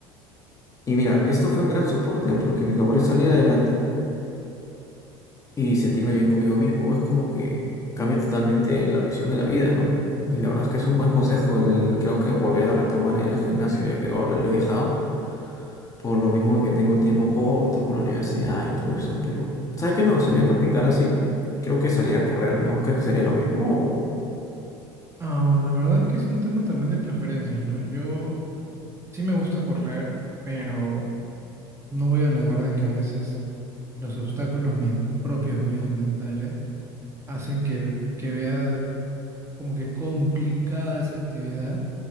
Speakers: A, on the left; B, on the right.
A: Y mira, esto fue un gran soporte porque logré salir adelante. y sentirme bien conmigo mismo es como que cambia totalmente la visión de la vida, ¿no? Y la verdad es que es un buen consejo. El, creo que volver a retomar a ir al gimnasio, ya que ahora lo he dejado, por lo mismo que tengo el tiempo corto, por la universidad y todo eso. Pero, ¿sabes qué me gustaría practicar así? Creo que salir a correr, ¿no? ¿Crees que sería lo mismo? O-
B: Ah, la verdad que es un tema también de preferencias, ¿no? Yo sí me gusta correr, pero no voy a negar de que a veces los obstáculos men- propios míos mentales hacen que, ve- que vea como que complicada esa actividad